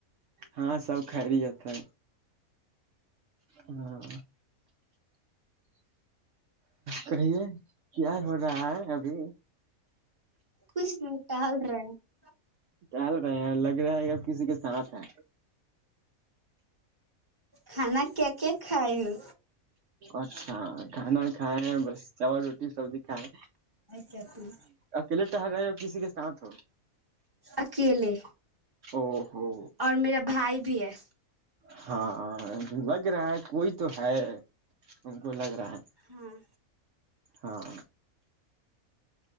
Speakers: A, on the right; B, on the right.
A: ہاں سب کریی ہےتے ہاں کہیے کیا ہو رہا ہے ابھی
B: کچھ نہیں ٹہل رہا ہے
A: ٹہل رہے ہیں لگ رہا ہے اب کسی کے ساتھ ہے
B: کھانا کیا کیا کھائے ہو
A: اچھا کہنا کھائے ہیں بس چاول روٹی سبزی کھائے
B: کیا تم
A: اکیلے ٹہل رہے ہیں اور کسی کے ساتھ ہو
B: اکیلے
A: او ہو
B: اور میرا بھائی بھی ہے
A: ہاں لگ رہا ہے کوئی تو ہے ان کو لگ رہا ہے
B: ہاں
A: ہاں